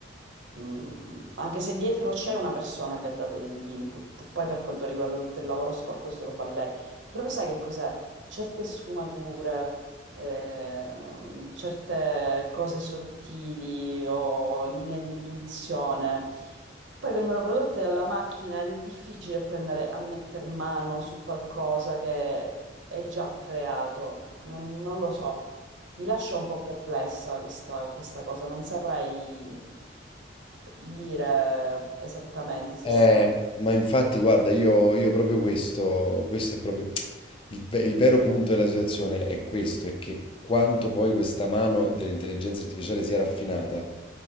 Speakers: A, on the right; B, on the left.
A: mh, anche se dietro c'è una persona che ha dato degli input, poi per quanto riguarda tutto il lavoro sporco se lo fa lei, però sai che cos'è? Certe sfumature, ehm, certe cose sottili o linee di intuizione. Poi vengono prodotte dalla macchina ed è difficile prendere a metter mano su qualcosa che è già creato, non, non lo so. Mi lascia un po' perplessa questa, questa cosa, non saprei dire esattamente se
B: Eh,
A: sia...
B: ma infatti, guarda, io, io proprio questo, questo è proprio il, ve- il vero punto della situazione è questo, è che quanto poi questa mano dell'intelligenza artificiale sia raffinata,